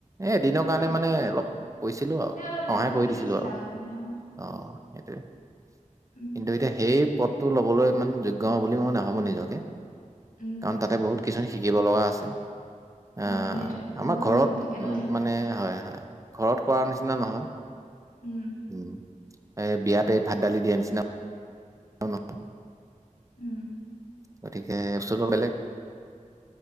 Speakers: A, on the right; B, on the left.
A: এ দিনৰ কাৰণে
B: অ
A: মানে অলপ কৈছিলোঁ আৰু
B: এই অলপ
A: সহায়
B: লাগি
A: কৰি
B: ভাগি
A: দিছিলো
B: দিছিলা
A: আৰু
B: মানে অ
A: অ'। সেইটোৱে। কিন্তু
B: উম
A: এতিয়া সেই পদটো ল'বলৈ ইমান যোগ্য হ বুলি মই নাভাবো নিজকে।
B: উম
A: কাৰণ তাতে বহুত কিছুমান শিকিব লগা আছে।
B: অ
A: অহ,
B: সেইটোৱে
A: আমাৰ
B: বহুত
A: ঘৰত
B: নিয়ম থাকে
A: উম,
B: ন এইবিলাক
A: মানে হয়, হয় ঘৰত কৰাৰ নিচিনা নহয়,
B: উম
A: উম। এ বিয়াতে ভাত, দালি দিয়া নিচিনা <unintelligible>
B: উম।
A: গতিকে বস্তুটো বেলেগ।